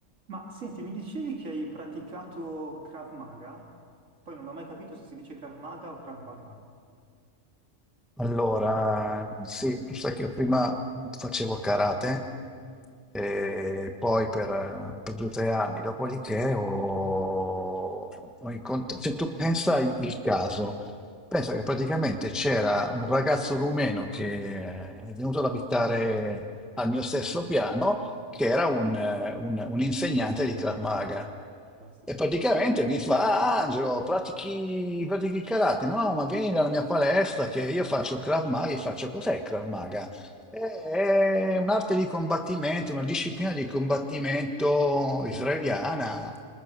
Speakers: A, on the right; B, in the centre.
A: Ma senti, mi dicevi che hai praticato Krav Maga? Poi non ho mai capito se si dice Krav Maga o Krav Maga.
B: Allora, sì, tu sai che io prima facevo karate, e poi per, per due o tre anni, dopodiché ho, ho incontrato, se tu pensa il il caso, pensa che praticamente c'era un ragazzo rumeno che è venuto ad abitare al mio stesso piano che era un, eh, un- un insegnante di Krav Maga.
A: Fantastico.
B: E praticamente mi fa, ah Angelo, pratichi, pratichi il karate? No, ma vieni dalla mia palestra che io faccio Krav Maga, Io faccio cos'è il Krav Maga? È un'arte di combattimento, una disciplina di combattimento israeliana.